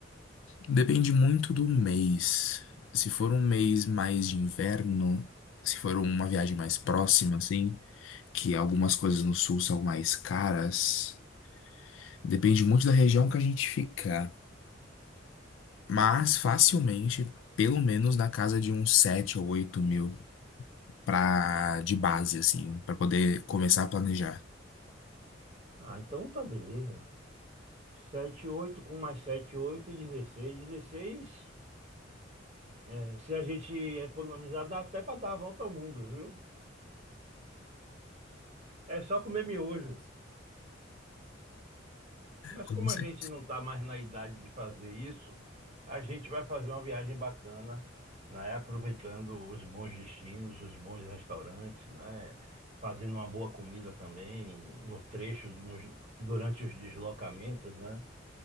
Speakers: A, on the left; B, on the right.
A: Depende muito do mês. Se for um mês mais de inverno, se for uma viagem mais próxima, assim, que algumas coisas no sul são mais caras, depende muito da região que a gente ficar. Mas facilmente, pelo menos na casa de uns 7 ou 8 mil pra, de base, assim, para poder começar a planejar.
B: Ah, então tá beleza. Sete oito com mais sete oito, dezesseis, dezesseis. é, se a gente economizar, dá até para dar a volta ao mundo, viu? É só comer miojo. Mas
A: Como
B: como
A: você
B: a gente não tá mais na idade de fazer isso, a gente vai fazer uma viagem bacana, né? Aproveitando os bons destinos, os bons restaurantes, né? Fazendo uma boa comida também no trecho, de- nos- durante os deslocamentos, né?